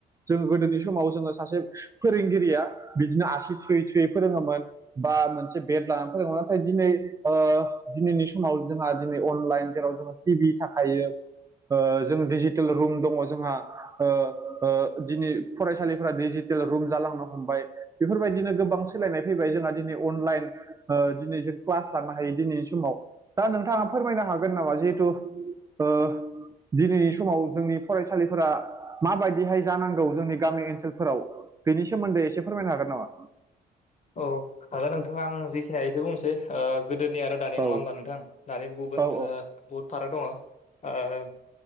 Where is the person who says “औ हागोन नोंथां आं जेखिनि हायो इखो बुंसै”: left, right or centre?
Left